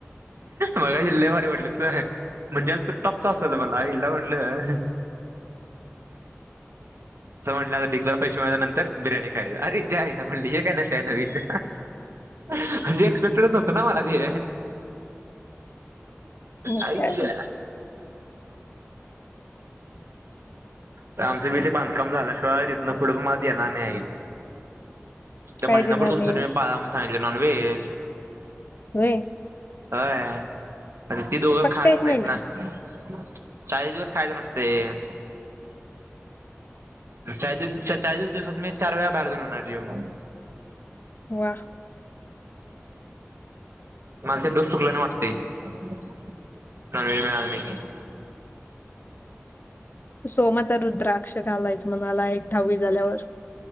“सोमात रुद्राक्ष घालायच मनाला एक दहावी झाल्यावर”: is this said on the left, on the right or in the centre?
Left